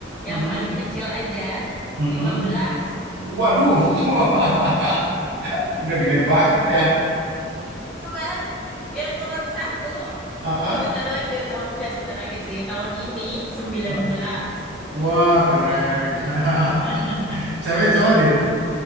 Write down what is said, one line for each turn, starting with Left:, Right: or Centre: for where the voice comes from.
Right: Mm-mm.
Centre: yang paling kecil aja,
Right: Mm-mm.
Centre: 15.
Right: Waduh, <laughs> udah gede banget ya.
Centre: Keren banget. Yang nomor satu,
Right: Ah,
Centre: sebentar
Right: ah,
Centre: lagi, eh, tahu, nggak sebentar lagi sih, tahun ini sembilan
Right: ah.
Centre: belas.
Right: Wah keren.
Centre: <laughs>
Right: <laughs> Cewek cowok Din?